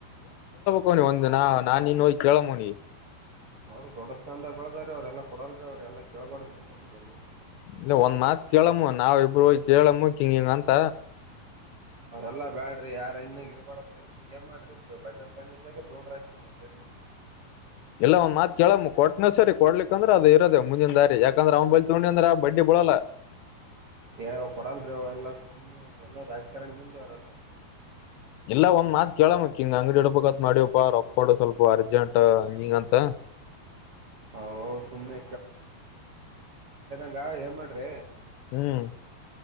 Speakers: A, on the left; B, on the right.
A: ಹೋನಿ ಒಂದ್ ನ ನಾನ್ ಇನ್ ಹೋಗಿ ಕೇಳಮ್ಮೋನಿ
B: ಅವ್ರು ದೊಡ್ಡ ಸ್ಥಾನದ ಬ ಬೆಳದ್ರ ಅವ್ರೆಲ್ಲ ಕೊಡಲ್ರಿ ಅವ್್ರ ಎಲ್ಲಾ ಕೇಳಬಾರ್ದ್ರಿಂತ ನಿವು
A: ಇಲ್ಲ ಒಂದ್ ಮಾತ್ ಕೇಳಮ್ಮ ನಾವ ಇಬ್ರು ಕೇಳಮ್ಮ ಕಿಂಗ ಹಿಂಗ ಅಂತ
B: ಅವ್ರಲ್ಲ ಬೇಡ್ರಿ ಯಾರ ಇನ್ನಾಗ ಇಬಡದ್ರಿ ನೀ ಏನ್ ಮಾಡ್ರಿ ಬಜಾಜ್ ೈನಾನ್ಸ್ ಬಗ್ೆ ತೋ್ರ ಆಯತ್ರಿ ಮತ್ತ ಜರ್ಮನ್
A: ಇಲ್ಲ ಒಂದ್ ಮಾತ್ ಕೇಳಮ್ಮ್ ಕೊಟ್ಟನೆ ಸರಿ ಕೊಡ್ಲಿಕ್ಂದ್ರ ಅದ ಇರದೇ ಮುಿನ ದಾರಿ ಯಾಕಂದ್ರೆ ಅವ್ ಬೈಲ್ ತಗೊಂಡಿ ಅಂದ್ರೆ ಬಡ್ ಕೊಳಲ
B: ಏ್ ಕೊಡಲ್ರಿ ಅವರೆಲ್ಲಾ ಸುಮ್ಯ ಅವರೆಲ್ಲ ರಾಜಕಾರಣ ಬಂದೆ ಅವರೆಲ್ಲಾ
A: ಇಲ್ಲ ಒಂದ್ ಮಾತ್ ಕೇಳಳಮ್ಮಕ್ ಹಿಂಗ ಅಂಗಡಿ ಹಡಪಕ್ತ್ ಮಾಡ್ಯವಪ್ಪ ರೊಕ್ಕ ಮಾಡಡು ಸ್ವಲ್ಪ ಅರ್ಜೆಂಟ್ ಹಂಗಿಂಗ ಅಂತ
B: ಅವ್ ಸುಮ್ನೆ ಇಲ್ಲಾ ಏನ್ ಮಾಡ್ರಿ
A: ಹ್ಮ್